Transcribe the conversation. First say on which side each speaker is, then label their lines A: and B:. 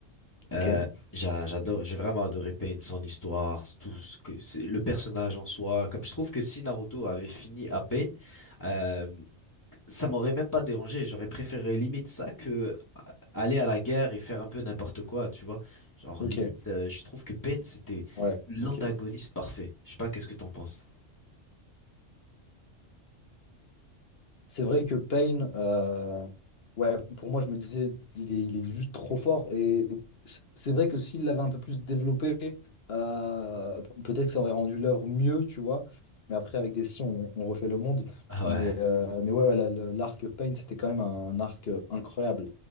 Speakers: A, on the left; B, on the left.
A: Ok,
B: Euh, j'a- j'adore, j'ai vraiment adoré Pain, son histoire, tout ce que c'est, le personnage en soi. Comme je trouve que si Naruto avait fini à Pain, euh, ça m'aurait même pas dérangé. J'aurais préféré limite ça que euh, aller à la guerre et faire un peu n'importe quoi, tu vois. Genre
A: ok,
B: limite, euh, je trouve que Pain c'était
A: ouais,
B: l'antagoniste
A: ok.
B: parfait. Je sais pas, qu'est-ce que t'en penses?
A: C'est vrai que Payne, euh, ouais, pour moi, je me disais, il est, il est juste trop fort. Et c'est c'est vrai que s'il l'avait un peu plus développé, euh, peut-être que ça aurait rendu l'œuvre mieux, tu vois. Mais après, avec des si, on, on refait le monde.
B: Ah
A: Mais,
B: ouais,
A: euh, mais ouais, ouais, la- le- l'arc Payne, c'était quand même un arc incroyable.